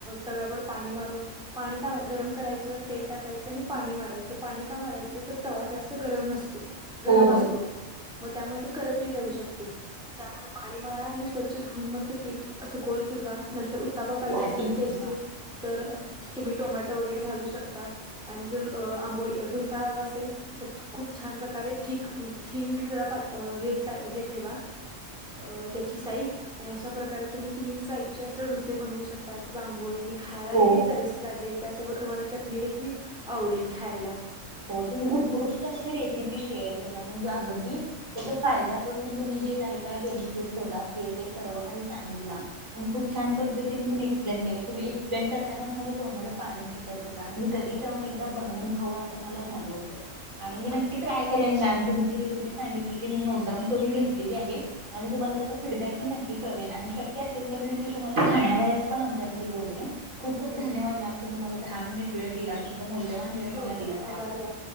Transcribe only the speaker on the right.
हो बरोबर
वाटी
हा,
हो
हो
हो तुम्ही उत्कृष्ट अशी रेसिपी शेअर केला म्हणजे अगदी, त्यांच्या फायद्यापासून तुम्ही जे काही काय बेनिफिट होतात हे ते सर्व काही सांगितला आणि खूप छान पद्धतीने एक्सप्लेन केला तुम्ही एक्प्लेन करतानाच माझं तोंडाला पाणी सुटतं होता आणि मी कधी जाऊन एकदा बनवून खाऊ असं मला झालं होतं. आणि मी नक्की ट्राय करेन मॅम, तुम्ही जी रेसिपी सांगितली ती मी नोटडाऊन करून घेतलेली आहे. आणि तुम्हांला त्याचा फीडबॅक ही नक्की कळवेन आणि शक्य असेल तर मी ते तुम्हांला खानावयास पण आमच्या घरी बोलवेन. खूप खूप धन्यवाद मॅम तुम्ही मला दहा मिनिट वेळ दिला, तुमचा मौल्यवान वेळ
मला
दिला. त्याबद्दल